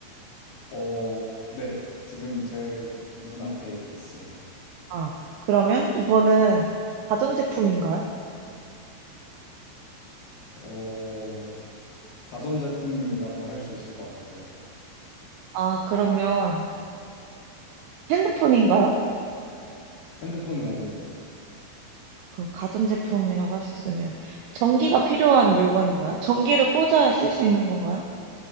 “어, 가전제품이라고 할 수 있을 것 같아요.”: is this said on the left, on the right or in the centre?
Left